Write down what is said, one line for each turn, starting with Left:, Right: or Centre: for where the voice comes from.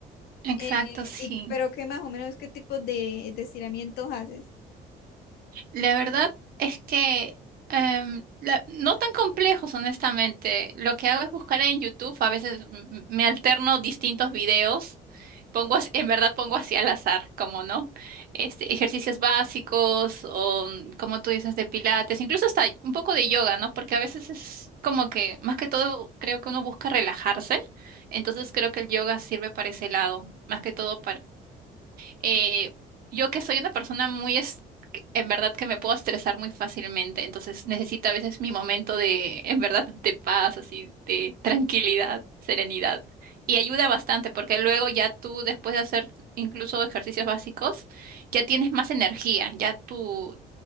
Right: Exacto,
Left: Eh,
Right: sí.
Left: y, pero qué más o menos, qué tipo de, de estiramientos haces.
Right: La verdad es que em, la- no tan complejos, honestamente. Lo que hago es buscar en YouTube, a veces m- m- me alterno distintos videos. Pongo as- en verdad pongo así al azar, como no, este, ejercicios básicos o mm, como tú dices de pilates, incluso hasta un poco de yoga, ¿no? Porque a veces es como que más que todo creo que uno busca relajarse, entonces creo que el yoga sirve para ese lado, más que todo eh, yo que soy una persona muy, es- en verdad que me puedo estresar muy fácilmente, entonces necesito a veces mi momento de, en verdad, de paz, así, de tranquilidad, serenidad. Y ayuda bastante porque luego ya tú, después de hacer incluso ejercicios básicos, ya tienes más energía, ya tu,